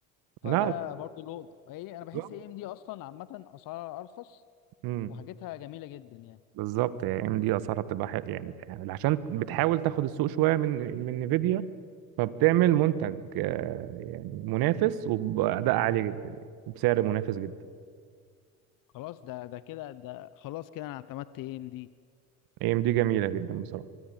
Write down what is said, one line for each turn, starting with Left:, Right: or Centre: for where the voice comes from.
Left: فده
Right: لا
Left: برضه لقطة ايه انا بحس
Right: بالظبط
Left: اي ام دي اصلا عامة اسعارها ارخص
Right: امم
Left: وحاجتها جميلة جدا يعني
Right: بالظبط يعني ام دي اسعارها بتبقى حلوه يعني عشان بتحاول تاخد السوق شويه من من نفيديا فبتعمل منتج آه، يعني منافس وباداء عالي جدا يعني وبسعر منافس جدا
Left: خلاص ده ده كده ده خلاص كده انا اعتمدت اي ام دي
Right: اي ام دي جميله جدا بصراحه